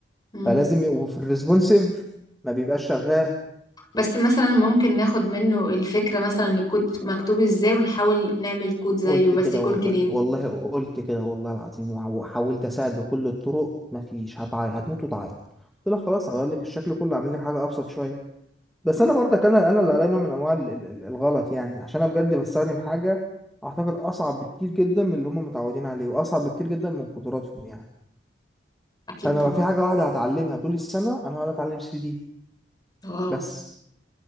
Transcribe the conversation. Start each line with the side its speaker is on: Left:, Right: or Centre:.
Left: مم.
Centre: فلازم يبقوا في الريسبونسيف ما بيبقاش شغال
Left: بس مثلا ممكن ناخد منه الفكرة مثلا الكود مكتوب ازاي ونحاول نعمل كود زيه
Centre: قلت
Left: بس
Centre: كده
Left: يكون
Centre: والله
Left: كلين
Centre: والله قلت كده والله العظيم وع- وحاولت اساعد بكل الطرق مفيش هتعيط هتموت وتعيط قلت لها خلاص هغير لك الشكل كله اعمل لك حاجه ابسط شويه بس انا برضك انا انا اللي عليا نوع من انواع ال- ال- ال- الغلط يعني عشان انا بجد بستخدم حاجه اعتقد اصعب بكتير جدا من اللي هم متعودين عليه واصعب بكتير جدا من قدراتهم يعني
Left: اكيد
Centre: فانا
Left: طبعا
Centre: لو في حاجه واحده هتعلمها طول السنه انا هقعد اتعلم 3 دي
Left: واو
Centre: بس